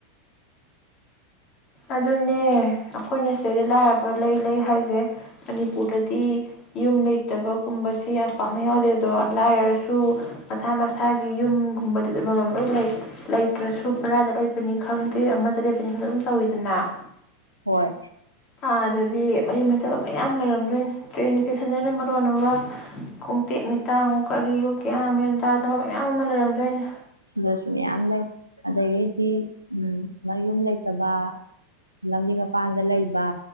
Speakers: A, on the left (about 40°); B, on the right (about 85°).
A: ꯑꯗꯨꯅꯦ ꯑꯩꯈꯣꯏꯅ ꯁꯤꯗꯩꯗ ꯂꯥꯏꯔꯕ ꯂꯩ ꯂꯩ ꯍꯥꯏꯁꯦ ꯃꯅꯤꯄꯨꯔꯗꯗꯤ ꯌꯨꯝ ꯂꯩꯇꯕꯒꯨꯝꯕꯁꯤ ꯌꯥꯝ ꯄꯥꯛꯅ ꯌꯥꯎꯗꯦ ꯑꯗꯣ ꯂꯥꯏꯔꯁꯨ ꯃꯁꯥ ꯃꯁꯥꯒꯤ ꯌꯨꯝꯒꯨꯝꯕꯗ ꯑꯃꯃꯝ ꯂꯣꯏ ꯂꯩ ꯂꯩꯇ꯭ꯔꯁꯨ ꯕꯔꯥꯗ ꯂꯩꯕꯅꯤ ꯈꯪꯗꯦ ꯑꯃꯗ ꯂꯩꯕꯅꯤ ꯈꯪꯗꯦ ꯇꯧꯏꯗꯅ
B: ꯍꯣꯏ
A: ꯑꯥꯗꯗꯤ ꯃꯌꯨꯝ ꯂꯩꯇꯕ ꯃꯌꯥꯝ ꯂꯩꯔꯝꯗꯣꯏꯅꯤ ꯇ꯭ꯔꯦꯟ ꯏꯁꯇꯦꯁꯟꯗꯅ ꯃꯔꯣꯟ ꯑꯃ ꯈꯣꯡꯇꯦꯛ ꯃꯤꯇꯥꯡ ꯀꯔꯤꯌꯣ ꯒ꯭ꯋꯥꯟ ꯃꯦꯟ ꯇꯥꯗꯕ ꯃꯌꯥꯝ ꯑꯃ ꯂꯩꯔꯝꯗꯣꯏꯅꯤ
B: ꯁꯤꯗꯁꯨ ꯃꯌꯥꯝ ꯂꯩ ꯑꯗꯒꯤꯗꯤ ꯃꯌꯨꯝ ꯂꯩꯇꯕ ꯂꯝꯕꯤ ꯃꯄꯥꯟꯗ ꯂꯩꯕ